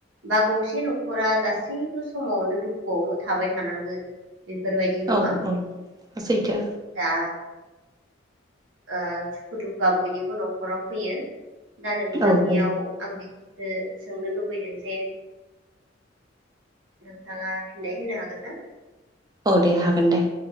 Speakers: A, on the right (about 85°); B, on the right (about 20°).
A: बा गंसे न'खरा गासैबो समावनो दुखुआवनो थाबाय थानांगोन। बेफोरबायदि नङा
B: औ औ सैथो
A: दा ओ सुखु दुखुआ बयनिबो न'खराव होयो दा नोंथांनियाव
B: औ औ
A: आं सोंनो लुबैदों जे नोंथाङा फिननाय होनो हागोन ना?
B: औ दे हागोन दे